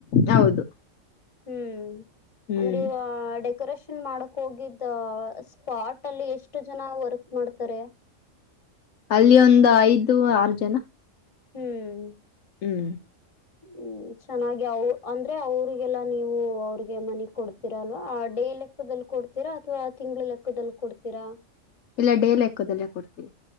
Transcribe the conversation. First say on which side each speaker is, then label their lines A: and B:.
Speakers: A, on the left; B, on the left.
A: ಹೌದು.
B: ಹ್ಮ್
A: ಹ್ಮ್
B: ಅಂದ್ರೆ ಇವ ಡೆಕೋರೇಷನ್ ಮಾಡಕ್ ಹೋಗಿದ್ದ ಸ್ಪಾಟ್ ಲ್ಲಿ ಎಷ್ಟು ಜನ ವರ್ಕ್ ಮಾಡ್ತಾರೆ.
A: ಅಲ್ಲಿ ಒಂದು ಐದು ಆರು ಜನ.
B: ಹ್ಮ್.
A: ಹ್ಮ್.
B: ಹ್ಮ್ ಚೆನ್ನಾಗಿ ಅವ ಅಂದ್ರೆ ಅವ್ರರಿಗೆಲ್ಲಾ ನೀವು ಅವ ಅವಿಗೆ ಮನಿ ಕೊಡ್ತೀರ ಅಲ್ವಾ ಆ ಡೇ ಲೆಕ್ಕದಲ್ಲಿ ಕೊಡ್ತೀರಾ ಅಥ್ವಾ ತಿಂಗಳ ಲೆಕ್ಕದಲ್ಲಿ ಕೊಡ್ತೀರಾ.
A: ಇಲ್ಲ ಡೇಲ್ಲೆಕ್ಕೋದಲ್ಲೇ ಕೊಡ್ತೀವಿ.